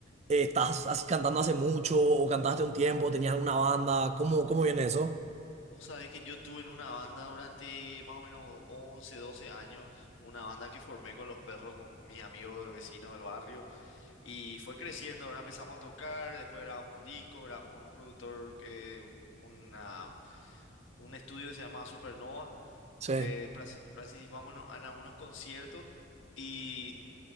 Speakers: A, on the right; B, on the left.
A: eh, estás as- cantando hace mucho o cantaste un tiempo, tenías alguna banda, ¿cómo, cómo viene eso?
B: Vos sabés que yo estuve en una banda durante más o menos 11, 12 años, una banda que formé con los perros, con mis amigos de vecinos del barrio, y fue creciendo, ahora empezamos a tocar, después grabamos un disco, grabamos con un productor, eh, un- una un estudio que se llamaba Supernova.
A: Sí,
B: eh, prasi- participamos en, en algunos conciertos y